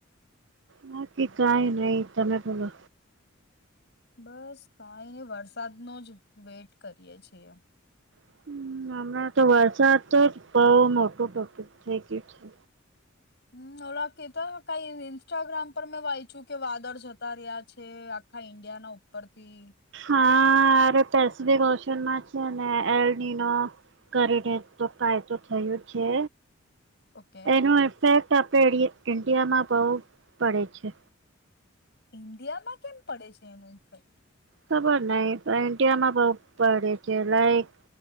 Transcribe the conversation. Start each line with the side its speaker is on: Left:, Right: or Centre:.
Right: બાકી કાંઈ નહી તમે બોલો.
Left: બસ કાંઈને વરસાદનો જ વેટ કરીએ છીએ.
Right: હમ, હમણાં તો વરસાત જ બઉ મોટું ટોપિક થઇ ગ્યું છે.
Left: હમ, ઓલા કેતા હ કાંઈ ઇન્સ્ટાગ્રામ પર મેં વાયચુ કે વાદળ જતા રહ્યા છે, આખા ઈન્ડિયાના ઉપરથી.
Right: હા, અરે પેસફિક ઓશનમાં છે ને એલડીનો કરીને તો કાયતો થયું છે.
Left: ઓકે
Right: એનું ઇફેક્ટ તો આપે ઈરિયે ઇન્ડિયામાં બહુ પડે છે.
Left: ઈન્ડિયામાં કેમ પડે છે, એનું ઇન્ફેક્ટ.
Right: ખબર નહીં કારન કે અમા બહુ પડે છે લાઈક